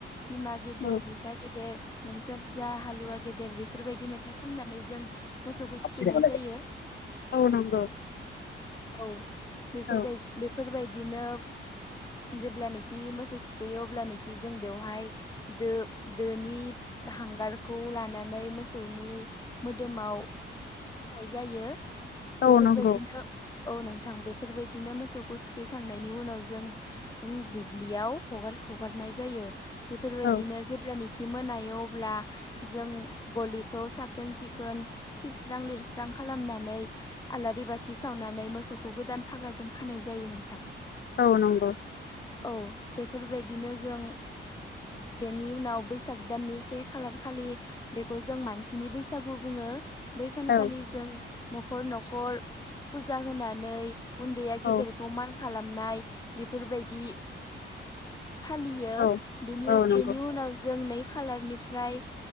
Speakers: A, on the left; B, on the left.
A: बिमा गेदेर
B: औ
A: बिफा गेदेर नोंसोर जा हालुवा गेदेर बेफोरबायदि मेथाइ खननानै जों मोसौखौ
B: <unintelligible>
A: थुखैनाय जायो
B: औ नंगौ
A: औ बेफोरबाय
B: औ
A: बेफोरबायदिनो जेब्लानोखि मोसौ थुखैयो अब्लानोखि जों बेवहाय दो दोनि हांगारखौ लानानै मोसौनि मोदोमाव <unintelligible> जायो
B: औ
A: बेफोरबायदिनो
B: नंगौ
A: औ नोंथां बेफोरबायदिनो मोसौखौ थुखैखांनायनि उनाव जों दुब्लियाव हगार हगारनाय जायो बेफोरबायदिनो
B: औ
A: जेब्लानि खि मोनायो अब्ला जों गलिखौ साखोन सिखोन सिबस्रां लिरस्रां खालामनानै आलारि बाथि सावनानै मोसौखौ गोदान फागाजों खानाय जायो नोंथां
B: औ नंगौ
A: औ बेफोरबायदिनो जों बेनि उनाव बैसाग दाननि से खालार खालि बेखौ जों मानसिनि बैसागु बुं ङो बै सानखालि
B: औ
A: जों न'खर न'खर फुजा होनानै उन्दैया
B: औ
A: गेदेरखौ मान खालामनाय बेफोरबायदि फालियो
B: औ
A: बेनि
B: औ नंगौ
A: बेनि उनाव जों नै खालारनिफ्राय